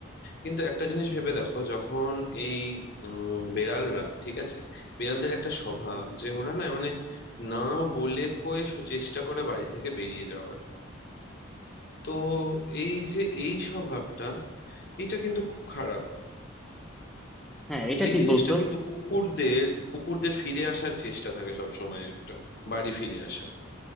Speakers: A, on the left (about 50°); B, in the centre.
A: কিন্তু একটা জিনিস ভেবে দেখো যখন এই উম, বেড়ালরা ঠিক আছে বেড়ালদের একটা স্বভাব যে ওরা না মানে না বলে কয়ে স- চেষ্টা করে বাড়ি থেকে বেরিয়ে যাওয়ার তো এই যে এই স্বভাবটা এটা কিন্তু খুব খারাপ
B: হ্যাঁ, এটা
A: এই
B: ঠিক
A: জিনিসটা
B: বলছো।
A: কিন্তু কুকুরদের কুকুরদের ফিরে আসার চেষ্টা থাকে সবসময় একটা বাড়ি ফিরে আসার